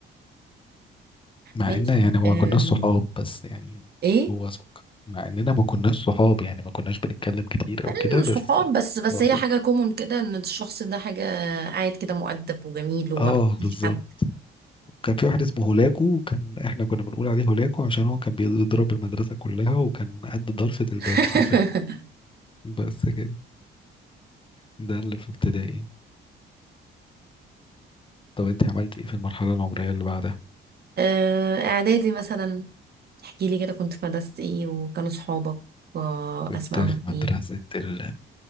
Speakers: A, on the left; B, on the right.
A: مع
B: ماشي
A: ان يعني ما
B: أم...
A: كناش صحاب بس يعني
B: ايه
A: هو سك مع اننا ما كناش صحاب يعني ما كناش بنتكلم كتير
B: انا
A: او كده
B: من الصحاب
A: بس
B: بس بس
A: هو
B: هي
A: سك
B: حاجه كومون كده ان الشخص ده حاجه قاعد كده مؤدب وجميل وما
A: اه
B: بيأذيش
A: بالظبط
B: حد
A: كان في واحد اسمه هولاكو وكان احنا كنا بنقول عليه هولاكو عشان هو كان بيضرب المدرسة كلها وكان قد ضرفة الباب
B: <laughs>
A: حرفيا بس كده ده اللي في ابتدائي طب انت عملت ايه في المرحلة العمرية اللي بعدها
B: أه، اعدادي مثلا احكي لي كده كنت في مدرسه ايه وكانوا صحابك أه،
A: كنت
B: اسمائهم
A: في مدرسة
B: ايه
A: ال-